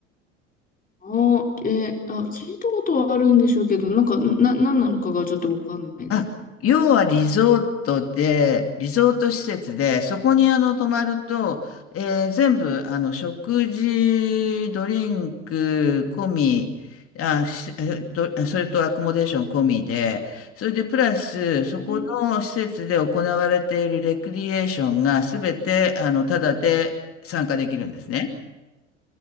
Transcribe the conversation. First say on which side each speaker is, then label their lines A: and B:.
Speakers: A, on the left; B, on the left.
A: あえー、あ、聞いたことはあるんでしょうけど、なんか、な、何なのかがちょっとわかんないですね。
B: あ、要はリゾートで、リゾート施設で、そこにあの泊まると、えー全部あの食事、ドリンク込み、あ、しえどそれとアコモデーション込みで、それでプラス、そこの施設で行われているレクリエーションが全てあのタダで参加できるんですね。
A: うん、